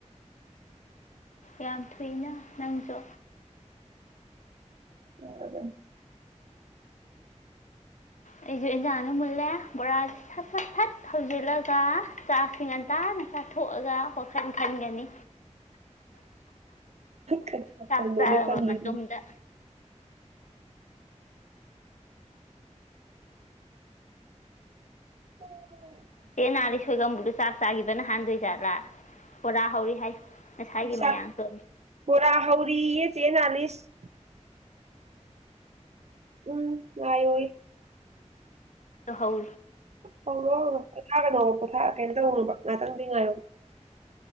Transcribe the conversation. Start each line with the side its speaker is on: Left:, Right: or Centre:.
Left: ꯌꯥꯝ ꯊꯨꯏꯅ ꯅꯪꯁꯨ
Right: ꯑꯣ ꯍꯔꯒꯅꯤ
Left: ꯑꯩꯁꯨ ꯏꯟꯖꯥꯡꯅ ꯃꯨꯜꯂꯦ ꯕꯣꯔꯥꯁꯦ ꯁꯠ ꯁꯠ ꯁꯠ ꯊꯧꯖꯤꯜꯂꯒ ꯆꯥꯛꯁꯤ ꯉꯟꯇꯥꯅ ꯆꯥꯊꯣꯛꯑꯒ ꯋꯥꯣꯈꯟ ꯈꯟꯒꯅꯤ
Right: ꯀꯔꯤ ꯋꯥꯈꯜꯅꯣꯅꯦ
Left: ꯆ ꯆꯥꯕ
Right: ꯈꯟꯗꯣꯏꯁꯤꯕꯣ
Left: ꯃ ꯇꯗ
Right: ꯑꯣ
Left: ꯑꯦꯦ ꯅꯥꯜꯂꯤ ꯁꯣꯏꯒꯕꯨꯗꯣ ꯆꯥꯛ ꯆꯥꯈꯤꯕꯅ ꯍꯥꯟꯗꯣꯏꯖꯥꯠꯂꯥ ꯕꯣꯔꯥ ꯍꯧꯔꯤ ꯍꯥꯏ ꯉꯁꯥꯏꯒꯤ
Right: ꯅꯣꯏ ꯆꯥꯛ
Left: ꯃꯌꯥꯝ ꯁꯣ
Right: ꯕꯣꯔꯥ ꯆꯦ ꯆꯥꯅꯤꯁ ꯎꯝ ꯌꯥꯏꯣꯏ
Left: ꯂꯍꯜ
Right: ꯍꯧꯔꯣ ꯍꯧꯔꯣ ꯄꯣꯊꯥꯒꯅꯣꯕ ꯄꯣꯊꯥ ꯀꯩꯅꯣ ꯇꯧꯍꯧꯅꯣꯕ ꯉꯍꯥꯛꯇꯪꯗꯤ ꯉꯥꯏꯌꯣ